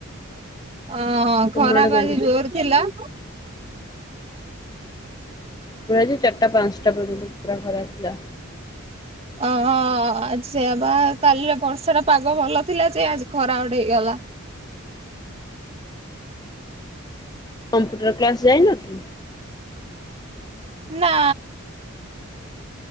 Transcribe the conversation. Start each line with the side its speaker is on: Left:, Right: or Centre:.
Right: ଅଁ
Left: ତମ
Right: ଖରା
Left: ଆଡେ
Right: ପା
Left: କେମିତି
Right: ଆଜି
Left: ହେଇଛି?
Right: ଜୋର ଥିଲା।
Left: <unintelligible> ଚାରିଟା ପାଞ୍ଚଟା ପର୍ଯ୍ୟନ୍ତ ପୁରା ଖରା ଥିଲା।
Right: ଅ ସେୟା ବା କାଲିର ବର୍ଷା ଟା ପାଗ ଭଲ ଥିଲା ଯେ ଆଜି ଖରାଗୋଟେ ହେଇଗଲା।
Left: କମ୍ପ୍ୟୁଟର କ୍ଲାସ୍ ଯାଇନ କି?
Right: ନା।